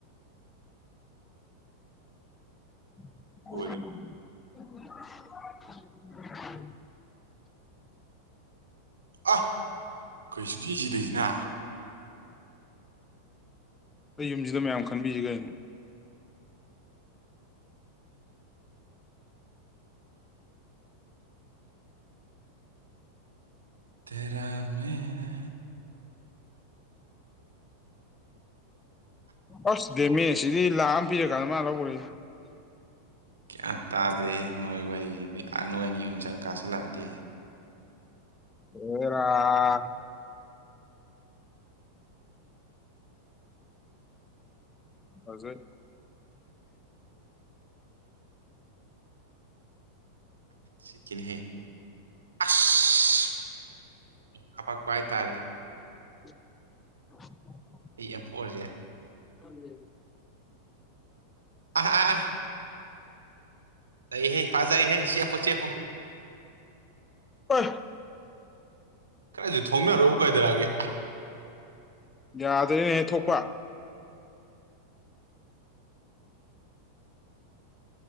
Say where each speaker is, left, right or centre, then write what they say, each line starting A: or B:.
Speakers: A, on the left; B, on the right.
A: ꯑꯣ
B: ꯂꯣꯏꯒ꯭ꯔꯦ
A: <unintelligible> <unintelligible>
B: ꯑ ꯑꯩꯈꯣꯏ ꯁꯨꯖꯤꯁꯤꯗꯩꯁꯤꯅ
A: ꯑꯩ ꯌꯨꯝꯁꯤꯗ ꯃꯌꯥꯝ ꯈꯟꯕꯤꯁꯤꯒꯦ
B: ꯇꯦꯔꯥ ꯃꯔꯥ
A: ꯑꯁ ꯗꯦꯃꯦ ꯁꯤꯗꯤ ꯂꯥꯛꯑ ꯑꯃ ꯄꯤꯔꯀꯥꯟꯗ ꯃꯥ ꯂꯧꯕꯔꯦ
B: ꯀꯌꯥ ꯇꯥꯗ꯭ꯔꯦ ꯅꯣꯏ ꯋꯥꯔꯤꯁꯤꯗꯤ ꯅꯣꯏ ꯑꯅꯤ ꯑꯨꯝ ꯆꯪ ꯀꯥꯁꯜꯂꯛꯑꯗꯦ
A: ꯍꯔ ꯍꯧꯖꯣꯏ
B: ꯁꯤ ꯀꯍꯦ ꯑꯁ ꯀꯄꯄꯥꯛ ꯀꯋꯥꯥꯏ ꯇꯥꯔꯦ
A: <unintelligible> <unintelligible>
B: ꯑꯩ ꯑꯃꯦꯝꯊꯣꯛꯑꯁꯦ
A: ꯑ
B: ꯑ ꯍ ꯐꯥꯖ ꯍ ꯆꯄꯣ ꯆꯄꯣ
A: ꯄ
B: ꯀꯗꯥꯥꯏꯁꯨ ꯊꯣꯡꯅꯔꯛꯎ ꯀꯥꯏꯗꯔꯥꯒꯦ
A: ꯌꯥꯗ꯭ꯔꯦꯅꯦꯍ ꯊꯣꯛꯄ